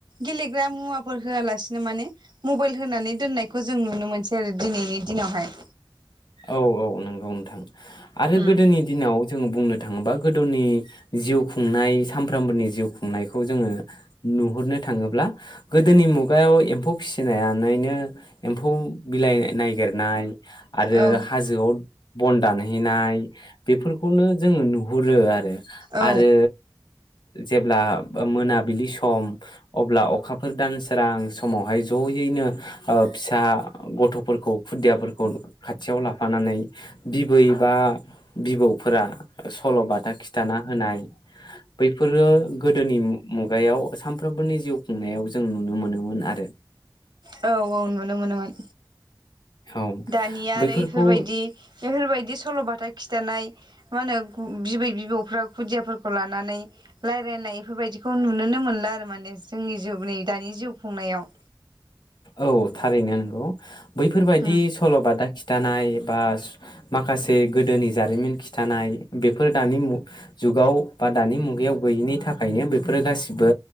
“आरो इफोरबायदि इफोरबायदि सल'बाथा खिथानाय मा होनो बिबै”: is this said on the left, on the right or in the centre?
Right